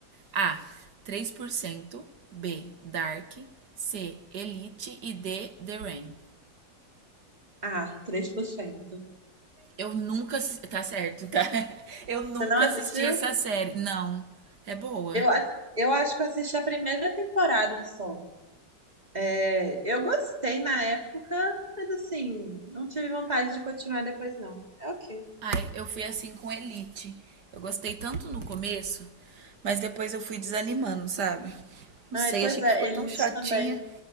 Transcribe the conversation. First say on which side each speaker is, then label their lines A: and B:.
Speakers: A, on the right; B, on the right.
A: A. três por cento, B. Dark. C. Elite. E D. The Rain.
B: Ah, três por cento
A: Eu nunca. assi- Tá certo, tá? <laughs> Eu nunca
B: Você não assistiu?
A: assisti essa série. Não. É boa.
B: Eu, ass- eu acho que eu assisti a primeira temporada só. É, eu gostei na época, mas assim, não tive vontade de continuar depois, não. É ok.
A: Ai, eu fui assim com Elite. Eu gostei tanto no começo, mas depois eu fui desanimando, sabe? Não
B: Ai,
A: sei,
B: pois
A: achei
B: é,
A: que ficou
B: Elite
A: tão chatinha.
B: também.